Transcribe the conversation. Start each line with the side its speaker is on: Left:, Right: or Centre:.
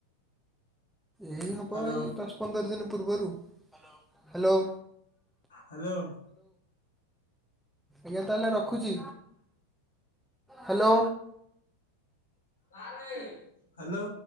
Centre: ଏଇ ହବ
Left: ହ୍ୟାଲୋ
Centre: ଏଇ ଦଶ, ପନ୍ଦର ଦିନ ପୂର୍ବରୁ। ହାଲୋ
Left: ହାଲୋ
Centre: ଆଜ୍ଞା, ତାହେଲେ ରଖୁଛି। Hello
Left: hello